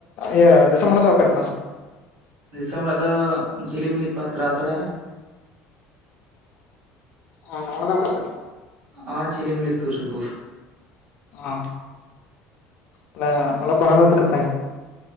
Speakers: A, on the left; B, on the right.
A: ᱤᱭᱟᱹ ᱫᱤᱥᱚᱢ ᱚᱲᱟᱜ ᱫᱚ ᱚᱠᱟ ᱨᱮᱛᱟᱢ
B: ᱫᱤᱥᱚᱢ ᱚᱲᱟᱜ ᱫᱚ ᱡᱷᱤᱞᱤᱢᱤᱞᱤ ᱯᱟᱥ ᱨᱟᱣᱛᱚᱲᱟ ᱨᱮ
A: ᱚ ᱱᱚᱣᱟ ᱫᱚ ᱚᱠᱟ ᱥᱮᱫ
B: ᱟᱻ ᱡᱤᱞᱤ ᱢᱤᱞᱤ ᱥᱩᱨ ᱥᱩᱯᱩᱨ
A: ᱚ ᱛᱟᱞᱮ ᱚᱞᱚᱜ ᱯᱟᱲᱦᱟᱣ ᱫᱚ ᱛᱤᱱᱟᱹᱜ ᱥᱟᱺᱜᱤᱧ